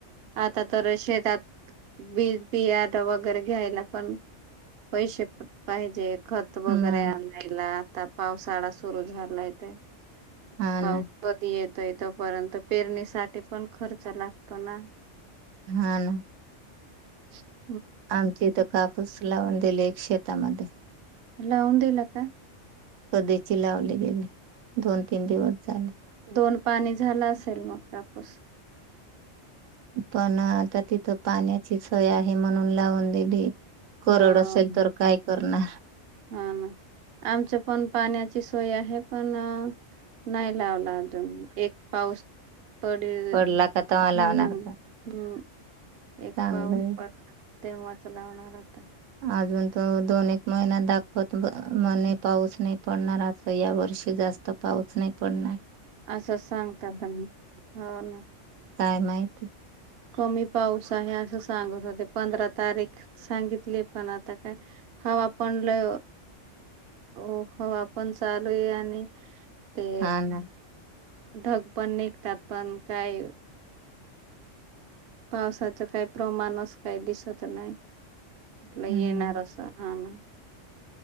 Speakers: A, on the right (about 55°); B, on the right (about 80°).
A: आता तर शेतात बीज बियाड वगैरे घ्यायला पण.. पैसे खूप आहेत. जे खत वगैरे
B: मग
A: आणायला आता पावसाळा सुरू झालाय ते...
B: हा
A: पाव
B: ना
A: पद येत.... इथपर्यंत पेरणीसाठी पण खर्च लागतो ना....
B: हा ना...
A: <unintelligible>
B: आमच्या इथ कापूस लावून दिलेय. एका शेतामध्ये..
A: लावुन दिला का?
B: कधीची लावून दिली गेली दोन, तीन दिवस झाले...
A: दोन पाणी झालं. असेल मग कापूस...
B: पण आता तिथं पाण्याची सोय आहे, म्हणून लावून दिली... कोरड
A: हो
B: असेल तर काय करणार?
A: हा ना आमच्यात पण पाण्याची सोय आहे पण, नाही लावला अजून एक पाऊस... पडी..
B: पडला का तवा
A: हा
B: लावणार
A: हं...
B: का
A: एक
B: चांगलंय
A: पाव पडला.. तेव्हाच लावणार होता....
B: अजून तो दोन एक महिना दाखवत म्हणे पाऊस नाही पडणार आता या वर्षी जास्त पाऊस नाही पडणार.
A: असं सांगतात. त्यांना हो ना
B: काय माहिती?
A: कमी पाऊस आहे. असं सांगत होते, पंधरा तारीख सांगितले पण आता काय? हवा आ पण लय, हो हो हवा चालू आहे आणि ते
B: हा ना
A: ढग पण निघतात पण काय पावसाच काही प्रमाणच काही दिसत नाही. म्हटलंय
B: हम्म
A: येणारच हा नाही.